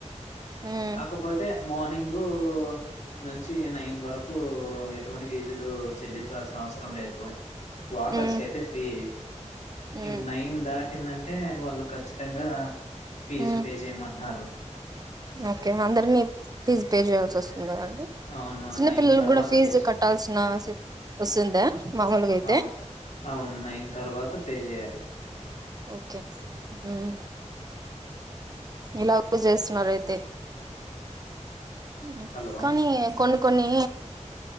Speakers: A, on the right; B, on the left.
A: ఉమ్
B: కాకపోతే మార్నింగు నుంచి నైన్ వరకు ఎటువంటి ఫీజులు చెల్లించాల్సిన అవసరం లేదు వాకర్స్
A: ఉమ్
B: అయితే ఫ్రీ
A: ఉమ్
B: ఇప్పుడు నైన్ దాటిందంటే వాళ్ళు ఖచ్చితంగా ఫీజు
A: ఉమ్
B: పే చేయమంటున్నారు
A: ఓకే అందరినీ ఫీజ్ పే చేయాల్సి ఒస్ స్తుంది కదండీ
B: అవును
A: చిన్న
B: నైన్
A: పిల్లల
B: తర్వాత
A: కూడా ఫీజు
B: పే చే-
A: కట్టాల్సిన ఓసుందా
B: ఆ,
A: మామూలుగైతే
B: అవు అవును నైన్ తర్వాత పే చేయాలి
A: ఒకే మ్ ఇలా చేస్తున్నారు అయితే మ్
B: హలో
A: కానీ కొన్ని కొన్ని